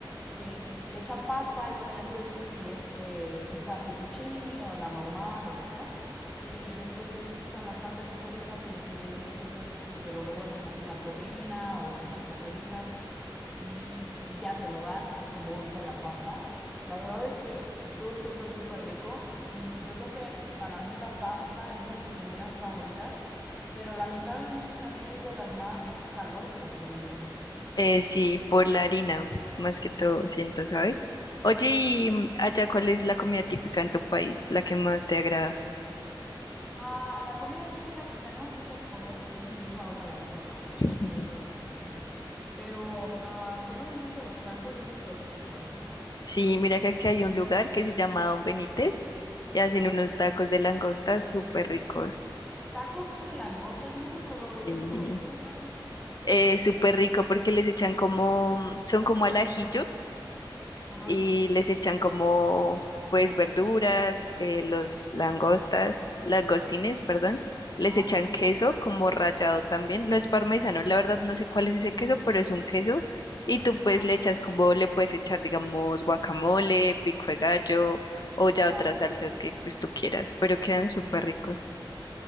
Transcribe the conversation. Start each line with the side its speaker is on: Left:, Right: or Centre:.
Centre: Sí, le echan pasta y bueno, ya tú decides si es eh, esta fettuccine o la normal o lo que sea. Y después le echan la salsa que tú elijas y los ingredientes que tú elijas y te lo revuelven así la proteína o el queso que tú elijas y, y ya te lo dan este bowl con la pasta. La verdad es que estuvo súper, súper rico y yo creo que para mí la pasta es de mis comidas favoritas, pero lamentablemente también es de las más calóricas, según yo.
Left: Eh, sí, por la harina, más que todo, siento, ¿sabes? Oye, y mm, allá, ¿cuál es la comida típica en tu país, la que más te agrada?
Centre: Ah, la comida típica, pues tenemos muchas cosas y ya se me hizo agua la boca, la verdad
Left: <laughs>
Centre: es que ya es hora de comer aquí. Pero ah, comemos mucho los tacos, yo creo que los has escuchado.
Left: Sí, mira que aquí hay un lugar que se llama Don Benítez y hacen
Centre: Ajá.
Left: unos tacos de langosta súper ricos.
Centre: Tacos de langosta, yo nunca he probado
Left: Sí.
Centre: eso. ¿Y cómo saben?
Left: Eh, súper rico porque les echan como, mm, son como al ajillo
Centre: Ajá.
Left: y les echan como pues verduras, eh, los langostas, langostines, perdón, les
Centre: Ajá,
Left: echan
Centre: ajá,
Left: queso como rallado también, no es parmesano, la verdad no sé cuál es ese queso, pero es un queso y tú pues
Centre: ajá,
Left: le echas como le puedes echar digamos guacamole, pico de gallo o ya
Centre: ajá.
Left: otras salsas que pues tú quieras, pero quedan súper ricos. <laughs>